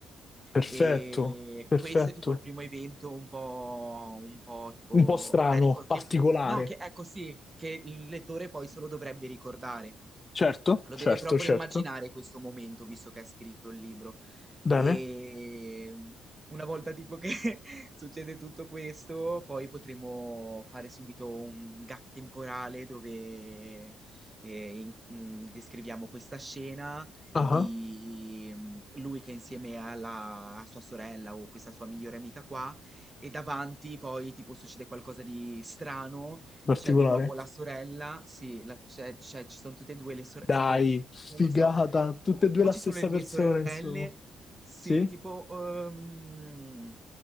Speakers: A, on the left; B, on the right.
A: Perfetto,
B: E
A: perfetto.
B: questo è tipo il primo evento un po', un po' tipo
A: Un po' strano,
B: da ricordare.
A: particolare.
B: No, che ecco sì, che il lettore poi solo dovrebbe ricordare.
A: Certo,
B: Lo
A: certo,
B: deve proprio
A: certo.
B: immaginare questo momento, visto che ha scritto il libro.
A: Bene.
B: E mm, una volta tipo che <laughs> succede tutto questo, poi potremo fare subito un gap temporale dove eh, in- mm, descriviamo questa scena
A: Ah,
B: di mm, lui che è insieme alla a sua sorella o questa sua migliore amica qua e davanti poi tipo succede qualcosa di strano
A: particolare.
B: c'è di nuovo la sorella, sì, la- c'è- c'è- ci sono tutte e due le sorelle,
A: Dai,
B: tipo,
A: figata,
B: non lo so,
A: tutte
B: o,
A: e due
B: o
A: la
B: ci
A: stessa
B: sono le due
A: persona,
B: sorelle,
A: insomma.
B: sì,
A: Sì?
B: tipo, ehm,